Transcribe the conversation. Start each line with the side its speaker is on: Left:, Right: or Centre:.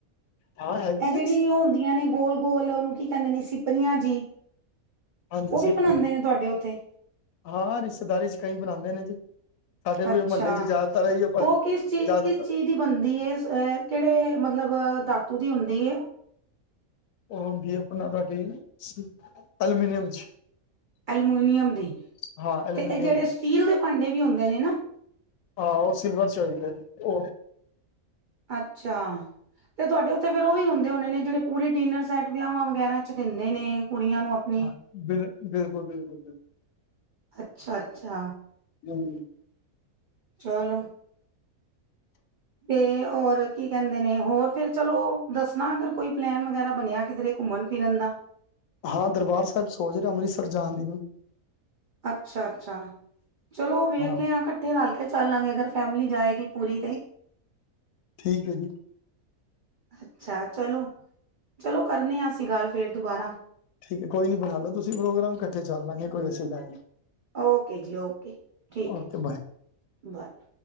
Left: ਹਾਂ ਹੈਗੀ
Right: ਇਹ ਜਿਹੜੀ
Left: ਹੈ
Right: ਉਹ ਹੁੰਦੀਆਂ ਨੇ ਗੋਲ ਗੋਲ ਉਹਨੂੰ ਕੀ ਕਹਿੰਦੇ ਨੇ ਸਿਪਰੀਆਂ ਜੀ
Left: ਹਾਂਜੀ
Right: ਉਹ
Left: ਸਿੱਖੀ
Right: ਵੀ ਬਣਾਉਂਦੇ ਨੇ ਤੁਹਾਡੇ ਉੱਥੇ
Left: ਹਾਂ, ਰਿਸ਼ਤੇਦਾਰੀ ਚ ਕਈ ਬਣਾਂਦੇ ਨੇ ਜੀ ਸਾਡੇ ਵੀ
Right: ਅੱਛਾ
Left: ਮਹੱਲੇ ਚ ਜ਼ਿਆਦਾਤਰ ਆਈਏ, <unintelligible>
Right: ਉਹ ਕਿਸ ਚੀਜ਼
Left: ਜ਼ਿਆਦਾਤਰ
Right: ਕਿਸ ਚੀਜ਼ ਦੀ ਬੰਦੀ ਏ, ਕਿਹੜੇ ਮਤਲਬ ਧਾਤੂ ਦੀ ਹੁੰਦੀ ਏ?
Left: ਉਹ ਹੁੰਦੀ ਅਪਣਾ, ਤੁਹਾਡੀ ਐਲਮੀਨੀਅਮ ਚ
Right: ਅਲਮੀਨੀਅਮ ਦੀ,
Left: ਹਾਂ ਐਲੂਮੀਨੀਅਮ
Right: ਤੇ ਇਹ ਜਿਹੜੇ
Left: ਦੀ,
Right: ਸਟੀਲ ਦੇ ਭਾਂਡੇ ਵੀ ਹੁੰਦੇ ਨੇ ਨਾ।
Left: ਆਹੋ, ਸਿਲਵਰ ਚ ਆਦੇ ਜੀ ਉਹ
Right: ਅੱਛਾ, ਤੇ ਤੁਹਾਡੇ ਉੱਤੇ ਫੇਰ ਉਹ ਵੀ ਹੁੰਦਾ। ਹੁੰਦੇ ਹੋਣੇ ਨੇ ਜਿਹੜੇ ਪੂਰੇ ਡਿਨਰ ਸੈਟ ਵਿਆਹਵਾਂ ਵਗੈਰਾ ਚ ਦਿੰਦੇ ਨੇ, ਕੁੜੀਆਂ ਨੂੰ। ਆਪਣੀ
Left: ਹਾਂ, ਬਿਲ ਬਿਲਕੁਲ ਬਿਲਕੁਲ ਬਿਲਕੁਲ
Right: ਅੱਛਾ ਅੱਛਾ
Left: <unintelligible>
Right: ਚਲੋ ਤੇ ਹੋਰ ਕੀ ਕਹਿੰਦੇ ਨੇ, ਹੋਰ ਫੇਰ ਚਲੋ ਦੱਸਣਾ ਅਗਰ ਕੋਈ ਪਲੈਨ ਵਗੈਰਾ ਬਣਿਆ ਕਿਧਰੇ ਘੁੰਮਨ ਫਿਰਨ ਦਾ
Left: ਹਾਂ ਦਰਬਾਰ ਸਾਹਿਬ ਸੋਚ ਰੇਹਾ ਅੰਮ੍ਰਿਤਸਰ ਜਾਣ ਦੀ
Right: ਅੱਛਾ ਅੱਛਾ, ਚਲੋ ਵੇਖਨੇ
Left: ਹਾਂ
Right: ਆ ਤੇ ਰਲ ਕੇ ਚੱਲਾਂਗੇ, ਅਗਰ ਫੈਮਿਲੀ ਜਾਏਗੀ ਪੂਰੀ ਤੇ
Left: ਠੀਕ, ਹੈ ਜੀ
Right: ਅੱਛਾ ਚਲੋ, ਚਲੋ ਕਰਨੇ ਹਾਂ ਅਸੀਂ ਗੱਲ ਫੇਰ ਦੁਬਾਰਾ
Left: ਠੀਕ ਹੈ ਕੋਈ ਨੀ ਬਣਾ ਲ ਲੋ ਤੁਸੀਂ ਪ੍ਰੋਗਰਾਮ, ਇਕੱਠੇ ਚੱਲ ਲਾਂਗੇ ਕੋਈ ਐਸੀ ਗੱਲ ਨੀ
Right: ਓਕੇ ਜੀ ਓਕੇ, ਠੀਕ
Left: ਓਕੇ
Right: ਹੈ ਜੀ,
Left: ਬਾਏ
Right: ਬਾਏ